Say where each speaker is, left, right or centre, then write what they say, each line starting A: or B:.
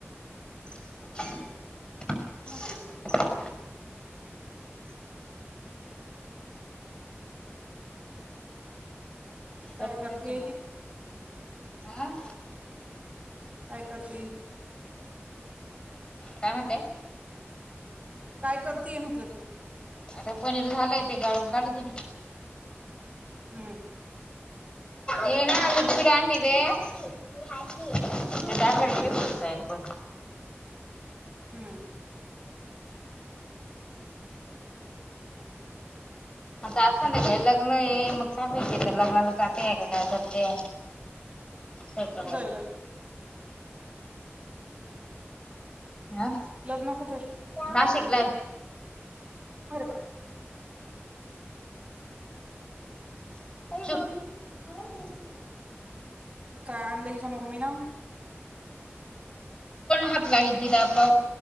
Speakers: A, on the left; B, on the right.
A: <unintelligible>
B: मग काय
A: कठीणच
B: करते
A: आहे मग
B: ही.
A: हा
B: काय करते ही.
A: काय म्हणते
B: काय करतीये म्हटलं ती.
A: त पनीर झालंय ते गाळून काढलं तिनी.
B: हम्म.
A: येना ल बिराण इ <unintelligible> त्यासाठीचच जा पण.
B: हम्म.
A: आता आज संद्याकाळी लग्न ये म काय माहिती तर लग्नाला जातय का काय करते. हे का
B: कुठं आहे लग्न
A: म
B: लग्न कुठे
A: नाशिकला आहे.
B: आरे बाप
A: आहे चुप
B: काय आणलं हिच्या मम्मी नं.
A: हाात लागतिर प